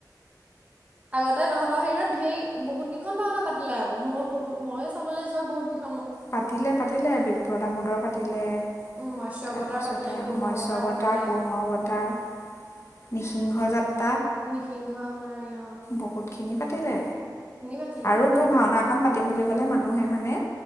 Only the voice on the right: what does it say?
আগতে তহঁতৰ হেৰত ধেৰ বহুত কেইখন ভাওনা পাতিলে আকৌ মই বহুত মই চাবলৈ যোৱা বহুত কেই।
মৎস্য
অৱতাৰ পাতিলে
কুৰ্ম
পাতিলে
নিসিংহ মৰাৰ।
পাতিলে